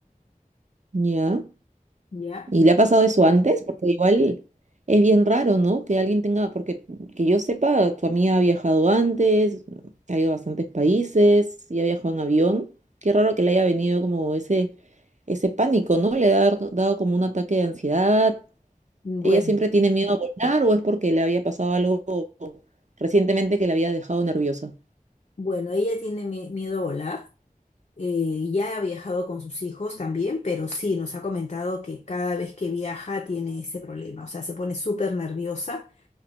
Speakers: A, on the right; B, on the left.
A: ¿Ya?
B: ¿Ya?
A: ¿Y le ha pasado eso antes? Porque igual es bien raro, ¿no? Que alguien tenga, porque que yo sepa, tu amiga ha viajado antes, ha ido a bastantes países y ha viajado en avión. Qué raro que le haya venido como ese, ese pánico, ¿no? Le ha dar- dado como un ataque de ansiedad.
B: Bueno,
A: ¿Ella siempre tiene miedo a volar o es porque le había pasado algo recientemente que la había dejado nerviosa?
B: bueno, ella tiene mi- miedo a volar. eh, ya ha viajado con sus hijos también, pero sí nos ha comentado que cada vez que viaja tiene ese problema. O sea, se pone súper nerviosa